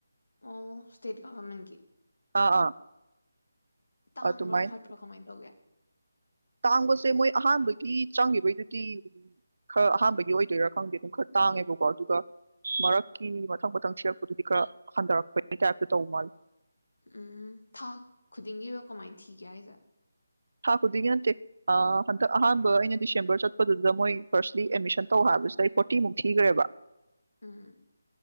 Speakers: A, on the left; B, on the right.
A: ꯑꯣ ꯁꯇꯦꯠ ꯒ‌ꯣꯕ꯭ꯔꯟꯃꯦꯟ ꯀꯤ
B: ꯑꯥ ꯑꯥ
A: ꯇꯥꯡꯕ꯭ꯔꯥ
B: ꯑꯗꯨꯃꯥꯏꯅ
A: ꯈꯣꯠꯄ꯭ꯔꯥ ꯀꯃꯥꯏꯅ ꯇꯧꯒꯦ
B: ꯇꯥꯡꯕꯁꯦ ꯃꯣꯏ ꯑꯍꯥꯟꯕꯒꯤ ꯆꯪꯉꯒꯤꯕꯩꯗꯨꯗꯤ ꯈꯔ ꯑꯍꯥꯟꯕꯒꯤ ꯑꯣꯏꯗꯣꯏꯔꯥ ꯈꯪꯗꯦ ꯑꯗꯨꯝ ꯈꯔ ꯇꯥꯡꯉꯦꯕꯀꯣ ꯑꯗꯨꯒ ꯃꯔꯛꯀꯤꯅꯤ ꯃꯊꯪ ꯃꯊꯪ ꯁꯤꯔꯛꯄꯗꯨꯗꯤ ꯈꯔ ꯍꯟꯊꯔꯛꯄꯒꯤ ꯇꯥꯏꯞꯇ ꯇꯧ ꯃꯥꯜꯂꯦ
A: ꯎꯝ ꯊꯥ ꯈꯨꯗꯤꯡꯒꯤꯔꯣ ꯀꯃꯥꯏꯅ ꯊꯤꯒꯦ ꯍꯥꯏꯁꯦ
B: ꯊꯥ ꯈꯨꯗꯤꯡꯒꯤ ꯅꯠꯇꯦ ꯍꯟꯗꯛ ꯑꯍꯥꯟꯕ ꯑꯩꯅ ꯗꯤꯁꯦꯝꯕꯔ ꯆꯠꯄꯗꯨꯗ ꯃꯣꯏ ꯐꯥꯔꯁꯂꯤ ꯑꯦꯠꯃꯤꯁꯟ ꯇꯧ ꯍꯥꯏꯕꯁꯤꯗ ꯑꯩ ꯐꯣꯔꯇꯤꯃꯨꯛ ꯊꯤꯈ꯭ꯔꯦꯕ
A: ꯎꯝ